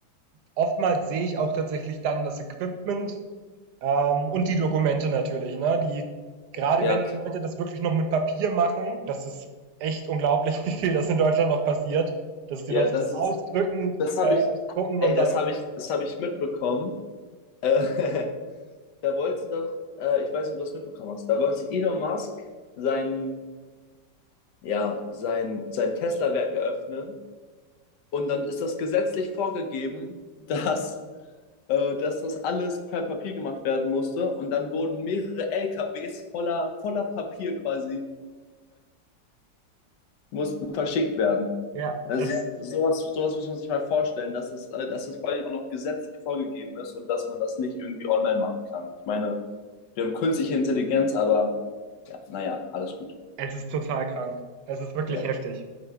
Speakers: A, on the right; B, on the left.
A: Oftmals sehe ich auch tatsächlich dann das Equipment, Ähm, und die Dokumente natürlich, ne? Die, gerade
B: ja,
A: wenn
B: klar.
A: die Leute das wirklich noch mit Papier machen, das ist echt unglaublich, <laughs> wie viel das in Deutschland noch passiert, dass die
B: Ja,
A: Leute
B: das
A: das
B: ist,
A: ausdrücken,
B: das habe
A: äh,
B: ich,
A: ausdrucken
B: ey,
A: und
B: das
A: dann,
B: habe ich, das habe ich mitbekommen. Äh, <laughs> da wollte doch, äh, ich weiß nicht, ob du das mitbekommen hast, da wollte Elon Musk sein, ja, sein, sein Tesla-Werk eröffnen und dann ist das gesetzlich vorgegeben, <laughs> dass, äh, dass das alles per Papier gemacht werden musste und dann wurden mehrere LKWs voller, voller Papier quasi mussten verschickt werden.
A: ja,
B: Also
A: es,
B: sowas, sowas muss man sich mal vorstellen, dass es, äh, dass es vor allem auch noch gesetzlich vorgegeben ist und dass man das nicht irgendwie online machen kann. Ich meine, wir haben künstliche Intelligenz, aber ja, naja, alles gut.
A: es ist total krank. Es ist wirklich
B: Ja.
A: heftig.